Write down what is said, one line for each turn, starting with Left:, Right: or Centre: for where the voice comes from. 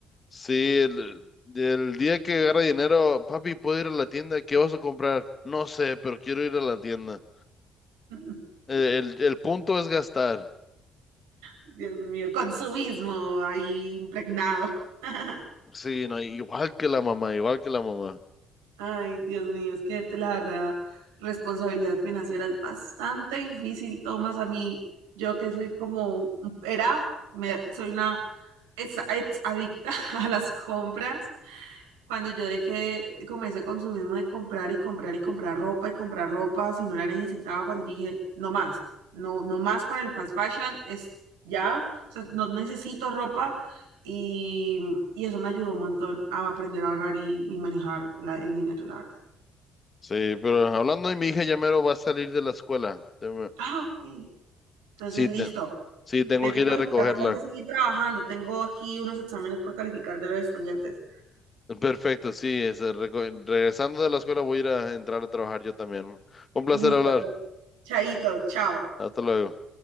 Left: sí, el, el día que agarra dinero, papi, ¿puedo ir a la tienda? ¿Qué vas a comprar? No sé, pero quiero ir a la tienda.
Right: <laughs>
Left: Eh, El, el punto es gastar.
Right: Dios mío, consumismo ahí impregnado. <laughs>
Left: Sí, no, igual que la mamá, igual que la mamá.
Right: Ay, Dios mío, es que te- la verdad, responsabilidad financiera es bastante difícil, Tomás, a mí, yo que soy como, era, me, soy una ex, ex adicta <laughs> a las compras, cuando yo dejé comencé como ese consumismo de comprar y comprar y comprar ropa y comprar ropa si no la necesitaba, cuando dije, no más, no, no más con el fast fashion, es ya, o sea, no necesito ropa y, y eso me ayudó un montón a aprender a ahorrar y, y manejar la- el dinero, la verdad.
Left: Sí, pero hablando de mi hija, ya mero va a salir de la escuela. Te-
Right: Ah, ok. Entonces,
Left: Sí,
Right: listo.
Left: te- sí, tengo
Right: De que,
Left: que
Right: no,
Left: ir a
Right: y
Left: recogerla.
Right: también tengo que seguir trabajando, tengo aquí unos exámenes por calificar de los estudiantes.
Left: Perfecto, sí, es, eh, reco- regresando de la escuela voy a ir a entrar a trabajar yo también. Un placer
Right: Listo,
Left: hablar.
Right: pues, chaitos, chao.
Left: Hasta luego.